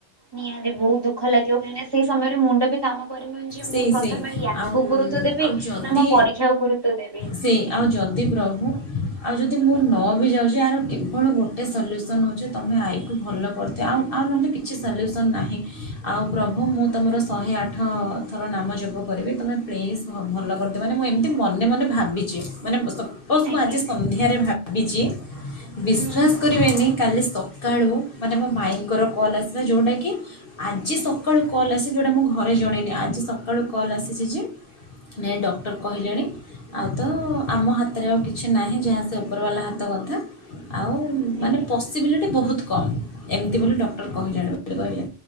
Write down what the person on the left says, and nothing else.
ସେଇ
ସେଇ
ଆଉ
ଆଉ ଯଦି
ସେଇ ଆଉ ଯଦି ପ୍ରଭୁ ଆଉ ଯଦି ମୁଁ ନ ବି ଯାଉଛି ଆର କେବଳ ଗୋଟେ ସଲ୍ୟୁସନ୍ ହେଉଛି ତୁମେ ଆଈକୁ ଭଲ କରିଦିଅ ଆଉ ଆଉ ନହେଲେ କିଛି ସଲ୍ୟୁସନ୍ ନାହିଁ ଆଉ ପ୍ରଭୁ ମୁଁ ତୁମର ଶହେ ଆଠ ଥର ନାମ ଜପ କରିବି ତୁମେ ପ୍ଲିଜ୍ ଭଲ କରିଦିଅ ମାନେ ମୁଁ ଏମିତି ମନେ ମନେ ଭାବିଛି ମାନେ ବସ୍
ମୁଁ ଆଜି ସନ୍ଧ୍ୟାରେ ଭାବିଛି ବିଶ୍ଵାସ
କରିବେନି କା କାଲି ସକାଳୁ ମାନେ ମୋ ମାଇଁ ଙ୍କର କଲ୍ ଆସିଲା ଯେଉଁଟାକି ଆଜି ସକାଳୁ କଲ୍ ଆସି ଯେଉଁଟା ମୁଁ ଘରେ ଜଣେଇନି ଆଜି ସକାଳୁ କଲ୍ ଆସିଛି ଯେ ନାଇଁ ଡକ୍ଟର କହିଲେଣି ଆଉ ତ ଆମ ହାତରେ ଆଉ କିଛି ନାହିଁ ଯାହା ସେ ଉପରବାଲା ହାତ ହାତ କଥା ଆଉ
ମାନେ ପସିବିଲିଟି ବହୁତ କମ୍ ଏମିତି ବୋଲି ଡକ୍ଟର
କହିଲାଣି ବୋଲି କହିଲେ।